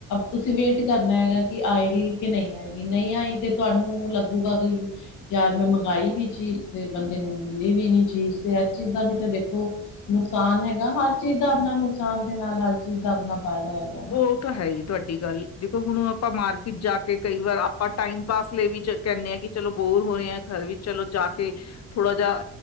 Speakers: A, on the left (about 85°); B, on the left (about 60°).
A: ਤੁਸੀਂ ਵੇਟ ਕਰਨਾ ਹੈਗਾ, ਕਿ ਆਏਗੀ ਕਿ ਨਹੀਂ ਆਏਗੀ ਨਹੀਂ ਆਈ ਤੇ ਤੁਹਾਨੂੰ ਲੱਗੂਗਾ ਕਿ ਯਾਰ ਮੈਂ ਮੰਗਾਈ, ਵੀ ਚੀਜ਼ ਅਤੇ ਬੰਦੇ ਨੂੰ ਮਿਲੀ ਵੀ ਨਹੀਂ, ਚੀਜ਼ ਅਤੇ ਇਸ ਚੀਜ਼ ਦਾ ਵੀ ਤਾਂ ਦੇਖੋ ਨੁਕਸਾਨ ਹੈਗਾ। ਹਰ ਚੀਜ਼ ਦਾ ਆਪਣਾ ਨੁਕਸਾਨ ਦੇ ਨਾਲ ਹਰ ਚੀਜ਼ ਦਾ ਆਪਣਾ ਫਾਇਦਾ ਹੈਗਾ ਨਾ
B: ਉਹ ਤਾਂ ਹੈ ਹੀ ਤੁਹਾਡੀ ਗੱਲ, ਦੇਖੋ ਹੁਣ ਆਪਾਂ, ਮਾਰਕੀਟ ਜਾ ਕੇ ਕਈਵਾਰ ਆਪਾਂ ਟਾਈਮ ਪਾਸ ਲਈ ਵੀ ਕਹਿੰਦੇ ਆਾਂ, ਕਿ ਚਲੋ ਬੋਰ ਹੋ ਰਹੇ ਆ ਘਰ ਵਿੱਚ ਚਲੋ ਜਾ ਕੇ ਥੋੜਾ, ਜਾ